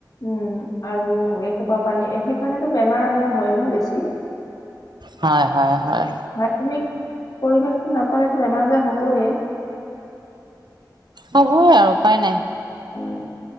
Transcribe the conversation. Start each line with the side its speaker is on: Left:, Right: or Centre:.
Left: উম আৰু এসোপ পানী সেইকাৰণেতো বেমাৰ আজাৰ হয় ন বেছি
Right: হয় হয় হয়
Left: শাৰীৰিক পৰিৱেশটো নাপালেতো বেমাৰ আজাৰ হবয়।
Right: হ'বে আৰু। উপায় নাই
Left: মানে